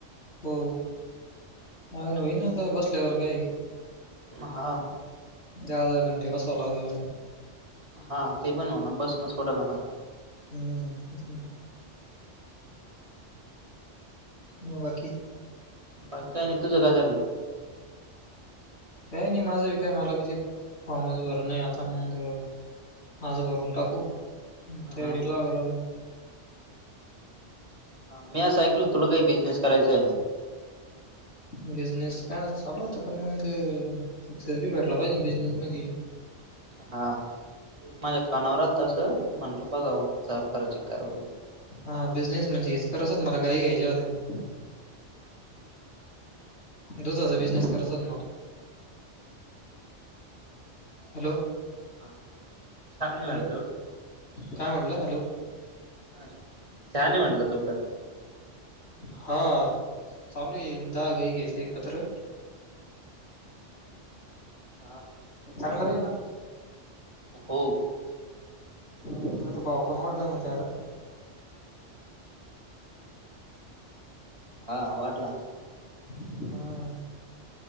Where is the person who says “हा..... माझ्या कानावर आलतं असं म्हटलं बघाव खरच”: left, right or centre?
Right